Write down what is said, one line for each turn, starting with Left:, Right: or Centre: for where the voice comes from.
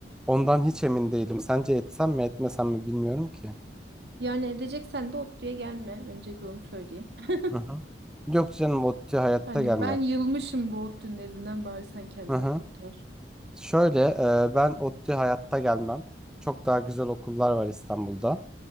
Centre: Ondan hiç emin değilim. Sence etsem mi etmesem mi bilmiyorum ki.
Right: Yani edeceksen de ODTÜ'ye gelme. Öncelikle onu söyleyeyim. <laughs>
Centre: Hı hı. Yok canım ODTÜ hayatta
Right: Hani
Centre: gelmem.
Right: ben yılmışım bu ODTÜ'nün elinden bari sen kendini
Centre: Hı hı.
Right: kurtar.
Centre: Şöyle e, ben ODTÜ hayatta gelmem. Çok daha güzel okullar var İstanbul'da.